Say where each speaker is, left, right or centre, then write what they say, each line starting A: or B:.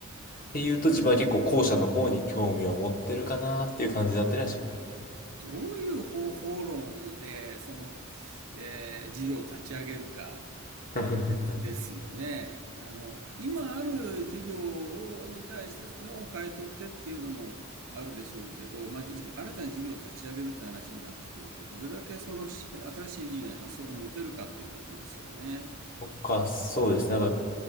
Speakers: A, on the left; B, on the right.
A: っていうと自分は結構後者の方に興味を持ってるかなっていう感じだったりはしますね。
B: どういう方法論で、その、えー事業を立ち上げるか、
A: <laughs>
B: ですよね。あの、今ある事業に対してのを変え取ってっていうのもあるでしょうけど、まあ、新たな事業を立ち上げるって話になってくると、どれだけその新しい事業に発想が持てるかということですよね。
A: とか、そうですね。あ